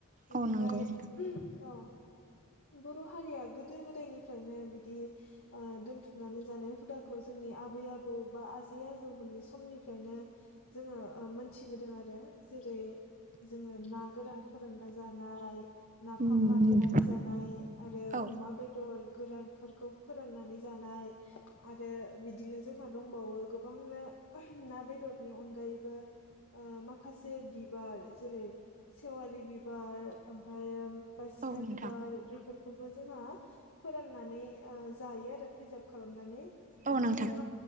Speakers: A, on the left; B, on the right.
A: बेनिफ्राय
B: औ नंगौ नोंथां
A: औ बर' हारिया गोदो गोदायनिफ्रायनो बिदि ओ दोथुमनानै जानाय हुदाखौ जोंनि आबै आबौ बा आजै आजौमोननि समनि फ्रायनो जोङो ओ मोनथिबोदों आरो जेरै जोङो ना गोरान फोरानना जानाय नाफाम
B: उम
A: बानायनानै जानाय आरो
B: औ
A: अमा बेदर गोरान फोरखौ फोराननानै जानाय आरो बिदिनो जोंहा दंबावो गोबांनो ना बेदरनि अनगायैबो ओ माखासे बिबार जेरै सेवालि बिबार ओमफायो बासिखा
B: औ नोंथां
A: बिबार बेफोरखौबो जोंहा फोराननानै ओ जायो आरो प्रिजार्भ खालामनानै बिनिफ्राय
B: औ नोंथां